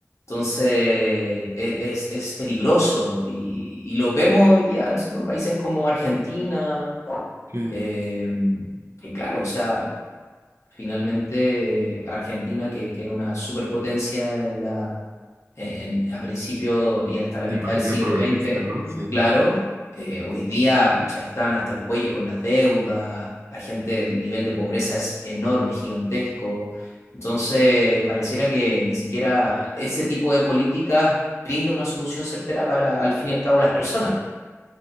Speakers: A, on the left (about 60°); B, on the right (about 55°).
A: Entonces, e- es, es peligroso y, y lo vemos hoy día, no sé, pues, en países como Argentina
B: Sí.
A: eh, y claro, o sea, finalmente eh, Argentina, que, que era una superpotencia en la, en- a principio y hasta la
B: En
A: mitad
B: materia
A: del siglo
B: progresista,
A: XX,
B: ¿no? Sí.
A: claro, eh, hoy día, pucha, están hasta el cuello con las deudas, la gente, el nivel de pobreza es enorme, gigantesco. Entonces, pareciera que ni siquiera ese tipo de políticas brinda una solución certera para, al fin y al cabo, las personas.